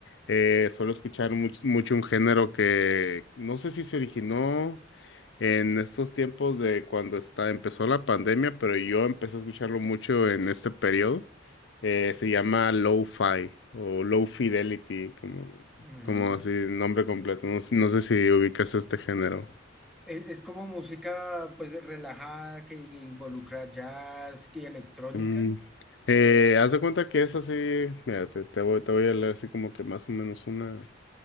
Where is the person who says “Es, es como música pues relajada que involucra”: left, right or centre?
Centre